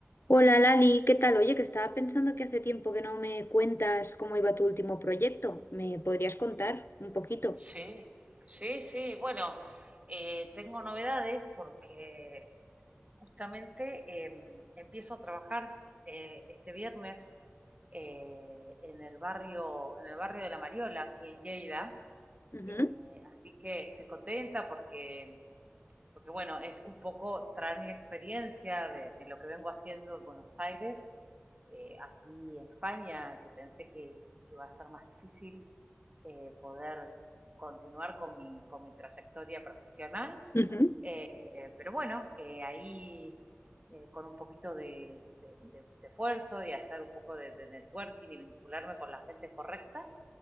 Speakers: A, on the left; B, on the right.
A: Hola Lali, ¿qué tal? Oye, que estaba pensando que hace tiempo que no me cuentas cómo iba tu último proyecto. ¿Me podrías contar un poquito?
B: Sí, sí, sí. Bueno, eh, tengo novedades porque justamente em, empiezo a trabajar eh, este viernes eh, en el barrio, en el barrio de La Mariola, aquí en Lleida.
A: Ujú,
B: Eh, así que estoy contenta porque, porque bueno, es un poco traer mi experiencia de, de lo que vengo haciendo en Buenos Aires eh, aquí en España, que pensé que, que iba a ser más difícil eh, poder continuar con mi, con mi trayectoria profesional.
A: ujú.
B: Eh, pero bueno, eh, ahí eh, con un poquito de, de, de, de, esfuerzo y hacer un poco de, de networking y vincularme con la gente correcta,